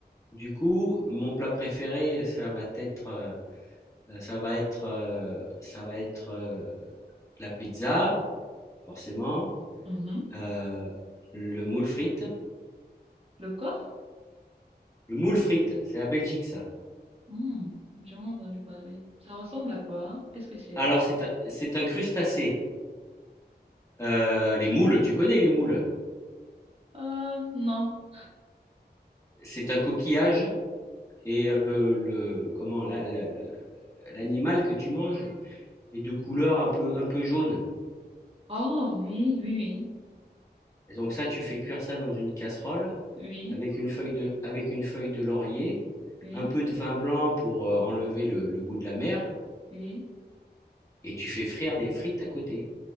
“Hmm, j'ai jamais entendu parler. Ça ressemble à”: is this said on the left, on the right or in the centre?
Right